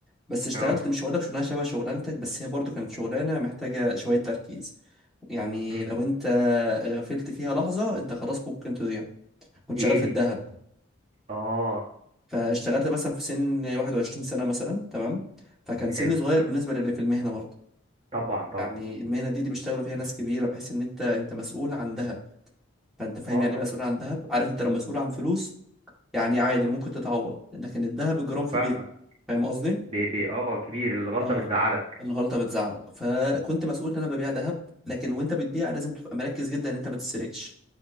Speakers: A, in the centre; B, on the right.
A: بس اشتغلت
B: أه
A: مش هقول لك شغلانه شبه شغلانتك بس هي برضو كانت شغلانه محتاجه شويه تركيز يعني
B: مم.
A: لو انت غفلت فيها لحظه انت خلاص ممكن تضيع كنت
B: دي
A: شغال
B: إيه
A: في
B: دي
A: الذهب
B: أه
A: فاشتغلت مثلا في سن 21 سنه مثلا تمام فكان سني
B: حلو
A: صغير بالنسبه للي في المهنه برضو
B: طبعا طبعا
A: يعني المهنه دي دي بيشتغلوا فيها ناس كبيره بحيث ان انت انت مسؤول عن ذهب فانت فاهم
B: أه
A: يعني
B: طبعا
A: ايه مسؤول عن ذهب عارف انت لو مسؤول عن فلوس يعني عادي ممكن تتعوض لكن الذهب الجرام فيه
B: فاهمك
A: بيفرق فاهم قصدي
B: بي بي أه كبير الغلطة
A: اه
B: بتزعلك
A: الغلطه بتزعلك فكنت مسؤول ان انا ببيع ذهب لكن وانت بتبيع لازم تبقى مركز جدا ان انت ما تسرقش